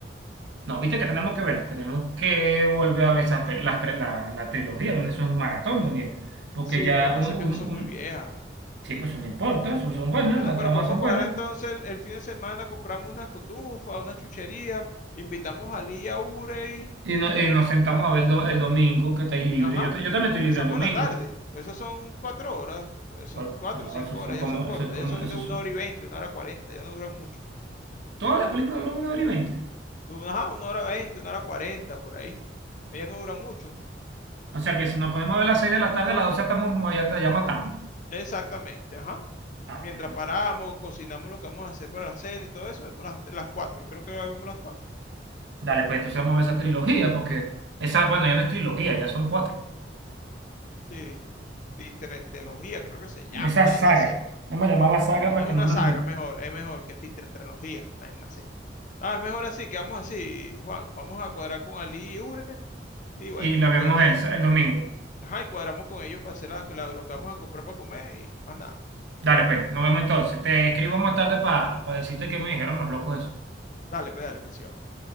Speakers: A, on the right; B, on the left.
A: No, viste que tenemos que verla, tenemos que volver a ver esas, pe- las, tres- la, la trilogía, eso es un maratón, Daniel, porque
B: Sí,
A: ya
B: lo que pasa
A: un, un,
B: es que esas son
A: un-
B: muy viejas.
A: sí, pues eso no importa, eso son buenas,
B: Bueno,
A: las
B: pero
A: tramas
B: podemos
A: son
B: cuadrar
A: buenas,
B: entonces el, el fin de semana, compramos unas cotufas, una chuchería, invitamos a Lía, Urey.
A: y, no- y nos sentamos a ver el, do- el domingo, que está ahí libre,
B: Ajá.
A: yo, ta- yo también
B: Comenzamos
A: estoy libre el domingo.
B: en la tarde. Pues esas son cuatro horas. pues son
A: Cual-
B: cuatro
A: No,
B: o cinco
A: esos
B: horas,
A: son como,
B: ya son cortas,
A: esos es como,
B: ya son
A: esos
B: de una
A: son,
B: hora y veinte, una hora cuarenta, ya no duran mucho.
A: todas las películas duran una hora y veinte.
B: Ajá, una hora veinte, una hora cuarenta, por ahí. Ellas no duran mucho.
A: O sea que si nos podemos ver a las 6 de la tarde, a las 12 ya, estamos, ya, ya matamos.
B: Exactamente, ajá.
A: Ah,
B: Mientras
A: bueno.
B: paramos, cocinamos lo que vamos a hacer para la cena y todo eso, vemos las, las cuatro, creo que vemos las cuatro.
A: Dale, pues entonces vamos a ver esa trilogía, porque esa, bueno, ya no es trilogía, ya son cuatro.
B: Sí. Y creo que se llama.
A: Esa
B: No
A: saga.
B: hay nada así.
A: Vamos a llamarla saga para
B: Es
A: que
B: una
A: no nos...
B: saga
A: enre-
B: mejor, es mejor que titretralogía, no hay nada así. Ah, es mejor así, quedamos así, Juan. Vamos a cuadrar con Ali y Ure. Y bueno,
A: Y la
B: y
A: vemos
B: vemos,
A: el, sa- el domingo.
B: ajá, y cuadramos con ellos para hacer la- la- lo que vamos a comprar para comer y más nada.
A: Dale, pues, nos vemos entonces. Te escribo más tarde para decirte qué me dijeron los locos eso.
B: Dale, pues, dale, pues, sí va.